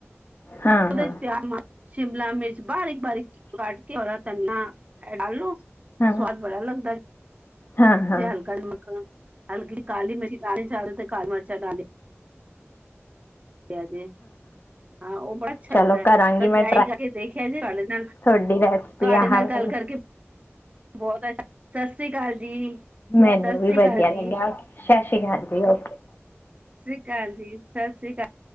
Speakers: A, on the left; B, on the right.
A: ਹਾਂ
B: ਉਹਦੇ
A: ਹਾਂ
B: ਚ ਪਿਆਜ ਪਾਣਾ ਸ਼ਿਮਲਾ ਮਿਰਚ ਬਾਰੀਕ ਬਾਰੀਕ ਕਟ ਕੇ ਹਰਾ‌ ਧਨੀਆ <unintelligible>
A: ਹਾਂ
B: ਸਵਾਦ ਬੜਾ ਲੱਗਦਾ ਏ
A: ਹਾਂ ਹਾਂ
B: ਜੇ ਹਲਕਾ ਨਮਕ ਹਲਕੀ ਕਾਲੀ ਮਿਰਚੀ ਚ ਤੇ ਕਾਲੀ ਮਿਰਚਾਂ ਡਾਲੀ ਜੇ ਹਾਂ ਉਹ ਬੜਾ ਅੱਛਾ
A: ਚਲੋ
B: ਲੱਗਦਾ
A: ਕਰਾਂਗੀ
B: ਫੇਰ ਟਰਾਈ
A: ਮੈਂ
B: ਕਰਕੇ ਦੇਖਿਆ ਜੇ ਤੁਹਾਡੇ ਨਾਲ ਤੁਹਾਡੇ
A: ਤੁਹਾਡੀ ਰੈਸਪੀ ਆਹ
B: ਨਾਲ ਗੱਲ
A: ਵਾਲੀ
B: ਕਰਕੇ ਬਹੁਤ ਅਛ ਸਤਿ ਸ੍ਰੀ ਅਕਾਲ ਜੀ
A: ਮੈਨੂੰ
B: ਸਤਿ
A: ਵੀ
B: ਸ੍ਰੀ
A: ਵਧੀਆ
B: ਅਕਾਲ ਜੀ
A: ਲੱਗਿਆ। ਸਤਿ ਸ਼੍ਰੀ ਅਕਾਲ ਜੀ ਓਕੇ
B: ਸ੍ਰੀ ਅਕਾਲ ਜੀ ਸਤਿ ਸ੍ਰੀ ਅਕਾਲ